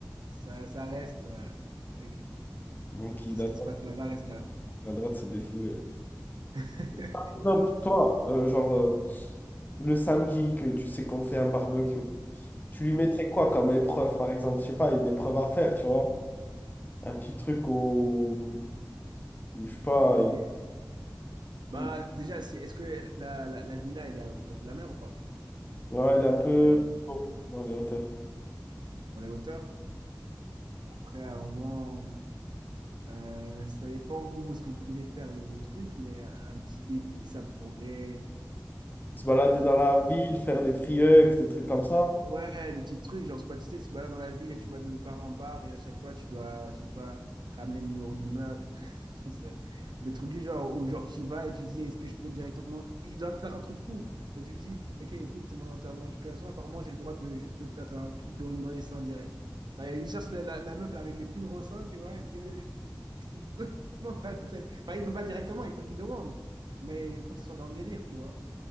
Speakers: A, on the right; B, on the left.
A: Ça, ça reste, voilà. Ok.
B: Donc il
A: Tout ce
B: a
A: qui
B: le droit,
A: se passe là-bas reste là-bas.
B: il a le droit de se défouler.
A: <laughs>
B: Par exemple, toi, euh, genre euh, le samedi que tu sais qu'on fait un barbecue, tu lui
A: Hmm.
B: mettrais quoi comme épreuve, par exemple? Je sais pas, une épreuve à faire, tu vois? Un petit truc au. Je sais pas,
A: Ok.
B: il,
A: Bah,
B: il-
A: déjà, c'est- est-ce que la, la, la villa, elle est au bord de la mer ou pas?
B: ouais, il est un peu
A: Ou un peu
B: dans les hauteurs.
A: dans les hauteurs? Après, à un moment, euh, ça dépend où est-ce que vous voulez faire le, le truc, mais un petit défi, ça pourrait.
B: se balader dans la ville, faire des free hugs, des trucs comme ça.
A: Ouais, des petits trucs, genre, c'est pas, tu sais, tu te balades dans la ville et tu vas de bar en bar et à chaque fois, tu dois, je sais pas, ramener le numéro d'une meuf. <laughs> C'est- Des trucs du genre, où genre, tu y vas et tu dis, est-ce que je peux directement. Ils doivent faire un truc fou. Et tu te dis, ok, écoute, c'est mon enterrement d'éducation, apparemment, j'ai le droit de juste te faire un truc dans, dans les seins direct. Genre, Ils cherchent la, la- la meuf avec les plus gros seins, tu vois, et <laughs> dans la tête. Enfin, il ne peut pas directement, il faut qu'il demande. Mais il faut que ce soit dans le délire, tu vois.